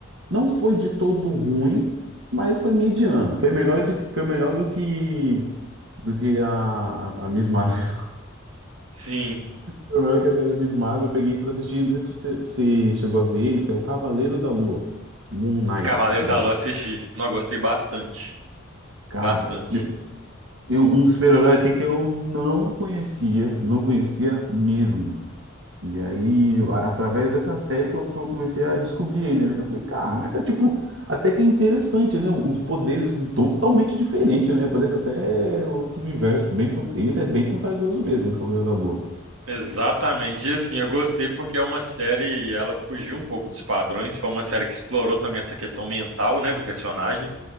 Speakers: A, on the right (about 60°); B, on the right (about 80°).
A: não foi de todo ruim, mas foi mediano. Foi melhor de, foi melhor do que do que a, a a Miss Marvel
B: sim,
A: primeiro que saiu da Miss Marvel, eu peguei pra assistir, não sei se você se chegou a ver ele, que é o Cavaleiro da Lua, Moon Knight,
B: Cavaleiro
A: da
B: da Lua assisti. Não, gostei bastante,
A: cara,
B: bastante.
A: eu- eu- um super-herói assim que eu não conhecia, não conhecia mesmo. E aí, a- através dessa série que eu, que eu comecei a descobrir ele, né? Eu falei, caraca, tipo, até que é interessante, né? Uns poderes assim totalmente diferentes, né? Parece até outro universo, bem, fan- esse é bem fantasioso mesmo, o Cavaleiro da Lua.
B: Exatamente, e assim, eu gostei porque é uma série, ela fugiu um pouco dos padrões, foi uma série que explorou também essa questão mental, né, do personagem,